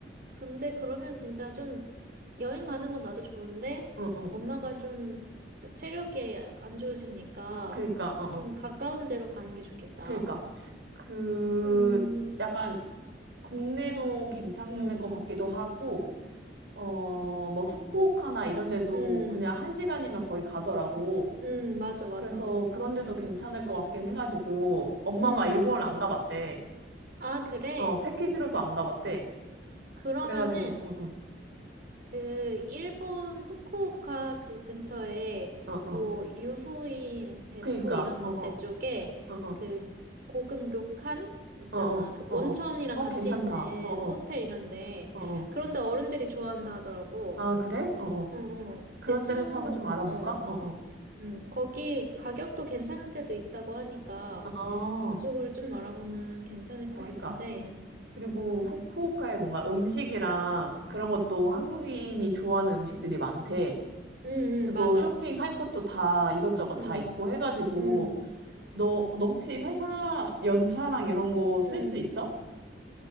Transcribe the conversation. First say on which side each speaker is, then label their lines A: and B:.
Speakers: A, on the right (about 55°); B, on the right (about 70°).
A: 근데 그러면 진짜 좀 여행 가는 건 나도 좋은데
B: 응, 응.
A: 엄마가 좀그 체력이 안 좋으시니까
B: 그니까, 어, 어.
A: 좀 가까운 데로 가는 게 좋겠다.
B: 그니까. 그,
A: 음,
B: 약간 국내도 괜찮을
A: 음,
B: 것 같기도 하고, 어, 뭐, 후쿠오카나 이런 데도
A: 음,
B: 그냥 한 시간이면 거의 가더라고.
A: 음, 맞아, 맞아.
B: 그래서 그런 데도 괜찮을 것 같긴 해가지고, 엄마가
A: 음.
B: 일본을 안 가봤대.
A: 아, 그래?
B: 어, 패키지로도 안 가봤대.
A: 그러면은
B: 그래가지고, 응, 응,
A: 그 일본 후쿠오카 그 근처에
B: 어, 어.
A: 뭐 유후인 베푸
B: 그니까,
A: 이런
B: 어, 어,
A: 데 쪽에
B: 어, 어,
A: 그 고급 료칸 있잖아.
B: 어, 어,
A: 그 온천이랑
B: 어, 어. 어,
A: 같이
B: 괜찮다.
A: 있는
B: 어, 어,
A: 호텔 이런데
B: 어, 어.
A: 그런데 어른들이 좋아한다 하더라고.
B: 아, 그래? 어, 어.
A: 응응.
B: 그런
A: 내 친구
B: 데라서 한번 좀 알아볼까?
A: 어.
B: 어, 어.
A: 음, 거기 가격도 괜찮은 데도 있다고 하니까
B: 어,
A: 그쪽으로 좀 알아보면 괜찮을 것
B: 그니까.
A: 같은데.
B: 그리고
A: 음.
B: 후쿠오카에 뭔가 음식이랑
A: 음.
B: 그런 것도 한국인이 좋아하는 음식들이 많대.
A: 음,
B: 그리고
A: 음, 맞아.
B: 쇼핑할 것도 다 이것저것
A: 음.
B: 다 있고 해가지고
A: 음.
B: 너, 너 혹시 회사 연차랑 이런 거 쓸
A: 음.
B: 수 있어?